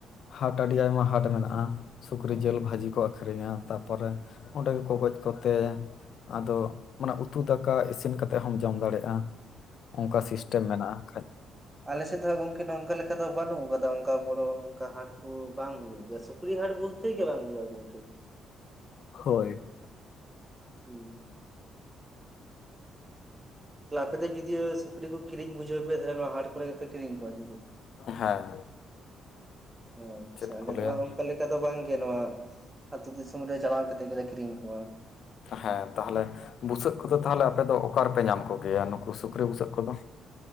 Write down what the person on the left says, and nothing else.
ᱦᱟᱴ ᱟᱹᱰᱤ ᱟᱭᱢᱟ ᱦᱟᱴ ᱢᱮᱱᱟᱜᱼᱟ ᱥᱩᱠᱨᱤ ᱡᱤᱞ ᱵᱷᱟᱹᱡᱤ ᱠᱚ ᱟᱹᱠᱷᱨᱤᱧᱟ ᱛᱟᱯᱚᱨᱮ ᱚᱸᱰᱮ ᱜᱮᱠᱚ ᱜᱚᱡ ᱠᱚᱛᱮ ᱟᱫᱚ ᱢᱟᱱᱮ ᱩᱛᱩ ᱫᱟᱠᱟ ᱤᱥᱤᱱ ᱠᱟᱛᱮᱜ ᱦᱚᱢ ᱡᱚᱢ ᱫᱟᱲᱮᱜᱼᱟ ᱾ ᱚᱝᱠᱟ ᱥᱤᱥᱴᱮᱢ ᱢᱮᱱᱟᱜᱼᱟ ᱠᱷᱟᱡ,
ᱦᱳᱭ
ᱦᱮᱸ
ᱪᱮᱫ
ᱠᱚ ᱞᱟᱹᱭᱟ
ᱦᱮᱸ ᱛᱟᱦᱚᱞᱮ ᱵᱩᱥᱟᱹᱜ ᱠᱚᱫᱚ ᱛᱟᱦᱚᱞᱮ ᱟᱯᱮ ᱫᱚ ᱚᱠᱟ ᱨᱮᱯᱮ ᱧᱟᱢ ᱠᱚᱜᱮᱭᱟ ᱱᱩᱠᱩ ᱥᱩᱠᱨᱤ ᱵᱩᱥᱟᱹᱜ ᱠᱚᱫᱚ᱾